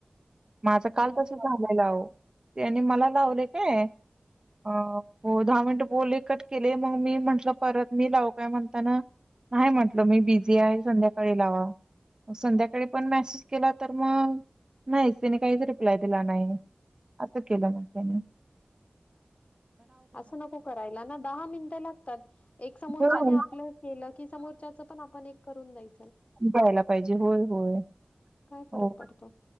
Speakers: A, on the right; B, on the left.
A: माझं काल
B: बघू
A: तस झालेल अहो.. त्यानी मला लावले काय अ हो दहा मिनट बोलले कट केले, मग मी म्हटलं परत मी लावू काय म्हणताना नाही म्हटलं मी बिझी आहे संध्याकाळी लावा मग संध्याकाळी पण मॅसेज केला तर मग नाहीच.. त्यांनी काहीच रिप्लाय दिला नाही असं केलं मग त्यानी
B: असं नको करायला ना दहा मिनटं लागतात एक समोरच्याने
A: हो.
B: आपलं केलं कि, समोरच्याच आपण पण एक करून जाईल.
A: जायला पाहिजे होय -होय
B: काय फरक
A: हो
B: पडतो?